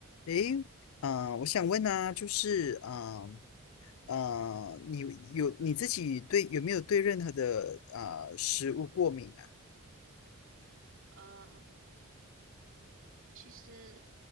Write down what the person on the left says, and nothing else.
诶，啊、我想问啊，就是啊啊、呃你有你自己对有没有对任何的啊、食物过敏啊？